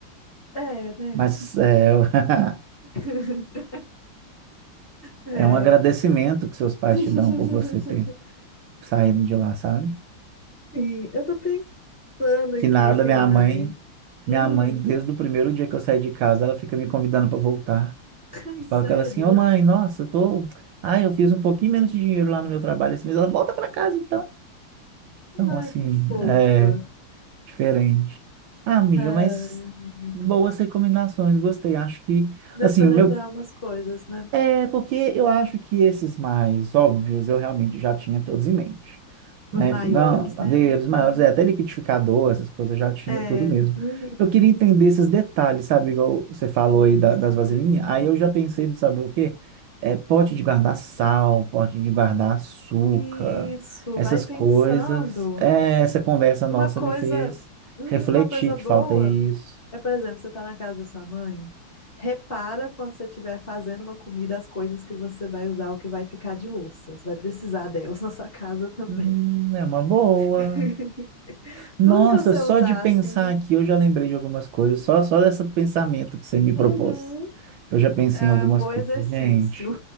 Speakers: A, on the left (about 40°); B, on the right (about 75°).
A: É, né?
B: Mas é, <laughs>
A: <laughs> É.
B: é um agradecimento que seus pais
A: <laughs>
B: te dão por você ter saído de lá, sabe?
A: Sim, eu tô pensando aqui
B: Que nada,
A: o que
B: minha
A: mais.
B: mãe, minha
A: Hum,
B: mãe, desde o primeiro dia que eu saí de casa, ela fica me convidando para voltar.
A: ai,
B: Eu
A: sério?
B: falo com ela assim, ô mãe, nossa, eu tô. Ah, eu fiz um pouquinho menos de dinheiro lá no meu trabalho esse mês. Ela volta para casa, então. Então,
A: Ai,
B: assim,
A: que fofa.
B: é diferente. Ah, amiga,
A: Ai,
B: mas
A: amiga.
B: boas recomendações, gostei. Acho que,
A: Deu
B: assim,
A: pra lembrar
B: o meu
A: umas coisas, né?
B: É, porque eu acho que esses mais óbvios eu realmente já tinha todos em mente. Né?
A: Os maiores,
B: Fogão, padeiros
A: né?
B: maiores,
A: Uhum.
B: é, até liquidificador, essas coisas eu já tinha
A: É,
B: tudo mesmo.
A: uhum.
B: Eu queria entender esses detalhes, sabe? Igual você falou
A: Sim,
B: aí da-
A: são
B: das vasilhinhas.
A: coisinhas.
B: Aí eu já pensei no saber o quê? É, pote de guardar sal, pote de guardar açúcar,
A: Isso,
B: essas
A: vai pensando.
B: coisas. É, essa conversa nossa
A: Uma coisa,
B: me fez
A: uhum,
B: refletir
A: uma coisa
B: que
A: boa
B: falta isso.
A: é, por exemplo, você tá na casa da sua mãe, repara quando você estiver fazendo uma comida as coisas que você vai usar, o que vai ficar de louça. Você vai precisar delas <laughs> na sua casa também.
B: Hum, é uma boa.
A: <laughs>
B: Nossa,
A: Tudo que você
B: só
A: usar,
B: de pensar
A: assim,
B: aqui, eu já lembrei de algumas coisas, só, só desse pensamento que você me propôs.
A: uhum,
B: Eu já pensei
A: é
B: em algumas
A: um bom
B: coisas,
A: exercício.
B: gente.